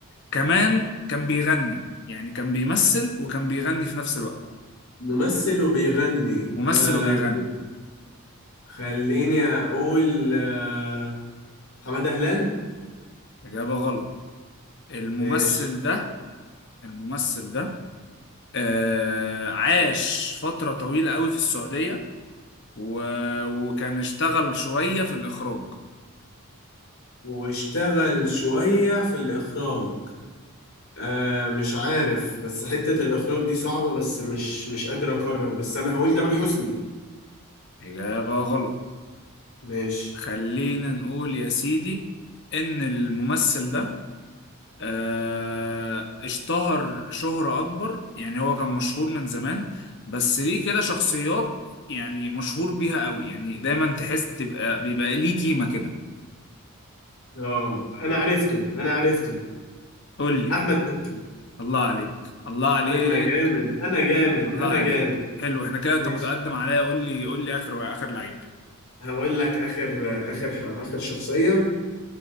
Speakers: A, on the left (about 55°); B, on the left (about 70°).
A: كمان كان بيغني يعني كان بيمثل وكان بيغني في نفس الوقت
B: ممثل وبيغني
A: ممثل
B: آه
A: وبيغني
B: خليني أقول آه حمادة هلال
A: اجابة غلط الممثل
B: ماشي
A: ده الممثل ده آه عاش فترة طويلة قوي في السعودية و... وكان اشتغل شوية في الإخراج
B: واشتغل شوية في الإخراج آه مش عارف بس حتة الإخراج دي صعبة بس مش مش قادر أقرر بس أنا هقول ده من حسني
A: إجابة غلط
B: ماشي
A: خلينا نقول يا سيدي إن الممثل ده آه، اشتهر شهرة أكبر يعني هو كان مشهور من زمان بس ليه كده شخصيات يعني مشهور بيها قوي يعني دايما تحس تبقى بيبقى ليه تيمة كده
B: اه أنا عرفته أنا عرفته
A: قول لي
B: أحمد مكي
A: الله عليك الله عليك
B: أنا جامد أنا جامد
A: الله
B: أنا
A: عليك
B: جامد
A: حلو احنا كده
B: ماشي
A: انت متقدم عليا قول لي قول لي اخر اخر لعيب
B: هقول لك آخر آخر آخر شخصية